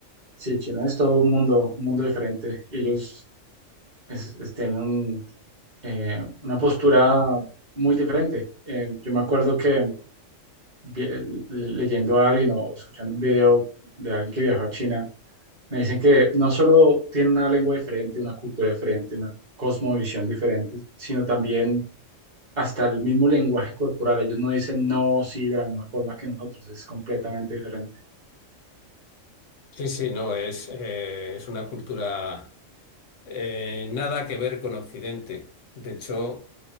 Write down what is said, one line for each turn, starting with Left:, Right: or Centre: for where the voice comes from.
Right: sí, China es todo un mundo, un mundo diferente. Y ellos es- es- tienen un, eh, una postura muy diferente. Eh, yo me acuerdo que vi- eh, le- leyendo a alguien o escuchando un video de alguien que viajó a China, me dicen que no solo tiene una lengua diferente, una cultura diferente, una cosmovisión diferente, sino también hasta el mismo lenguaje corporal. Ellos no dicen no, sí, de la misma forma que nosotros, es completamente diferente.
Left: Sí, sí, no, es, eh, es una cultura eh, nada que ver con Occidente. De hecho,